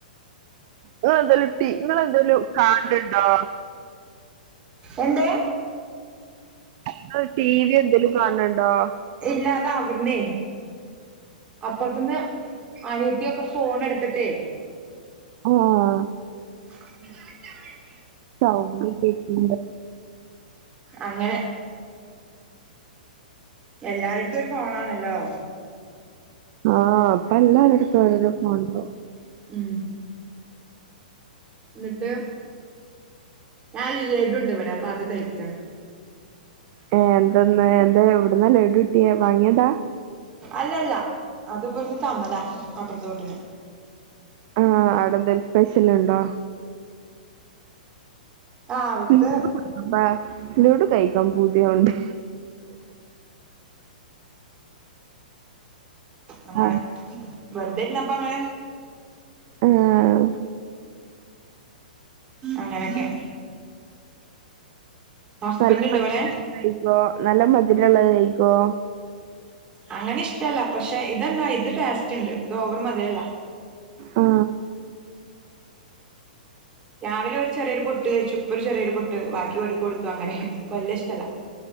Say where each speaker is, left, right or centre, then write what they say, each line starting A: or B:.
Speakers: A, on the right; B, on the right.
A: ഇങ്ങെളെന്തേലും ട്ടി ഇങ്ങെളെന്തേലും കാൺല്ണ്ടോ
B: എന്തേ
A: ഇങ്ങെള് ടീ വി എന്തേലും കാൺണ്‌ണ്ടോ
B: ഇല്ലാ അത് അവ്ട്ന്നേ അപ്പാെർത്ത്ന്ന് അനിയത്ത്യൊക്കെ ഫോണെട്ത്ത്ട്ടേ
A: ഉ ആഹ്
B: <unintelligible>
A: സൗണ്ട് കേക്ക്ണ്ട്
B: അങ്ങെനെ എല്ലാരെട്ത്തും ഒര് ഫോണാണല്ലോ
A: ആഹ് പ്പ എല്ലാരെട്ത്തും ഒരോരോ ഫോൺണ്ടാവും
B: ഉം ന്ന്ട്ട് ഞാൻ ലഡുണ്ട് വെടെ അപ്പ അത് കയ്ക്കാണ്
A: ഏഹ് എന്തന്ന് എന്താ എവ്ട്ന്നാ ലഡുട്ട്യേ വാങ്ങ്യേതാ
B: അല്ല അല്ല അത് ഇവെട്ന്ന് തന്നതാ അപ്പർത്തെ വീട്ട്ന്ന്
A: ആഹ് അവ്ടെന്തേലും സ്പെഷ്യല്ണ്ടോ
B: ആ അവിടുത്തെ
A: ഇൻക്ക് <unintelligible> പാ ലെഡു കഴിക്കാം പൂത്യാവ്ണ്ട്
B: അങ്ങെനെ
A: ആ
B: വെറ്തെ ഇര്ന്നപ്പങ്ങെനെ
A: ആഹ്
B: അങ്ങെനൊക്കെ ഹസ്ബൻഡ്
A: നല്ല
B: ഇണ്ടോ
A: മധ്‌ര
B: ഇവിടെ
A: <unintelligible> ത് കഴിക്കോ നല്ല മധ്‌രള്ളെത് കഴിക്കോ
B: അങ്ങെനെ ഇഷ്ടല്ലാ പക്ഷെ ഇതെന്താ ഇത് ടേസ്റ്റ്ണ്ട് തോവെറ് മധ്‌രല്ലാ
A: ആ
B: രാവിലെ ഒര് ചെറിയൊര് പൊട്ട് കഴിച്ചു പ്പാെര് ചെറിയൊരു പൊട്ട് ബാക്കി ഓര്ക്ക് കൊട്ത്തു അങ്ങെനെ ഇൻക്ക് വല്ല്യ ഇഷ്ടല്ലാ